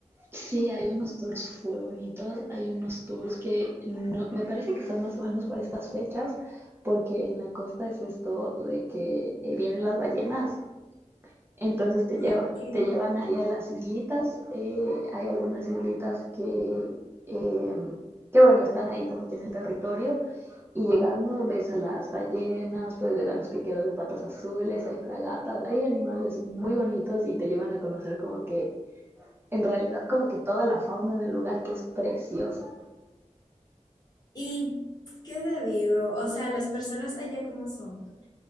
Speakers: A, on the right (about 20°); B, on the left (about 30°).
A: Sí, hay unos tours full bonitos, hay unos tours que no, me parece que están más o menos por estas fechas, porque en la costa es esto de que eh, vienen las ballenas Entonces te llevan,
B: Ok.
A: te llevan ahí a las islitas. eh, hay algunas islitas que, em, que, bueno, están ahí como que en el territorio. Y llegando ves a las ballenas, puedes ver a los piqueros de patas azules, hay fragatas, hay animales muy bonitos y te llevan a conocer como que, en realidad, como que toda la fauna del lugar que es preciosa.
B: ¿Y qué te digo? O sea, las personas allá como son.